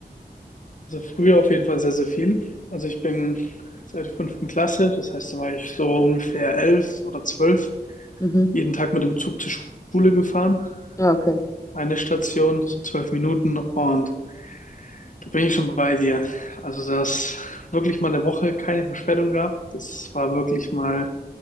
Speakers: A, on the left; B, on the left.
A: Also früher auf jeden Fall sehr, sehr viel. Also ich bin seit der fünften Klasse, das heißt, da war ich so ungefähr elf oder zwölf,
B: Mhm.
A: jeden Tag mit dem Zug zur Schule gefahren.
B: Ja, okay.
A: Eine Station, so zwölf Minuten und da bin ich schon bei dir. Also, dass wirklich mal eine Woche keine Verspätung gab, das war wirklich mal